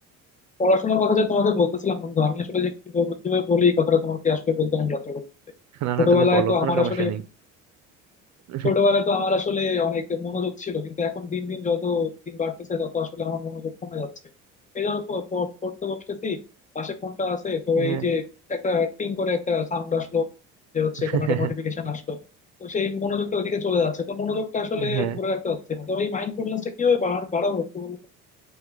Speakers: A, on the left; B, on the right.
A: পড়াশোনার কথা যে তোমাকে বলতেছিলাম বন্ধু আমি আসলে যে কি বলবো কিভাবে বলি এই কথাটা তোমাকে আসলে বলতে আমার লজ্জা করতেছে
B: না
A: ছোটবেলায়
B: না তুমি বলো
A: তো
B: কোনো
A: আমার
B: সমস্যা
A: আসলে
B: নেই <laughs>
A: ছোটবেলায় তো আমার আসলে অনেক মনোযোগ ছিল কিন্তু এখন দিন দিন যত দিন বাড়তেছে তত আসলে আমার মনোযোগ কমে যাচ্ছে এই ধরো প- প- পড়তে বসতেছি পাশে ফোনটা আছে তো
B: হ্যাঁ
A: এই যে একটা টিং করে একটা সাউন্ড আসলো যে হচ্ছে
B: <laughs>
A: কোনো একটা নোটিফিকেশন আসলো তো সেই মনোযোগটা ওইদিকে চলে যাচ্ছে তো মনোযোগটা আসলে
B: হ্যাঁ
A: ধরে রাখতে পারছি না তো এই মাইন্ডফুলনেসটা কিভাবে বাড়ানো- বাড়াবো একটু বলুন তো?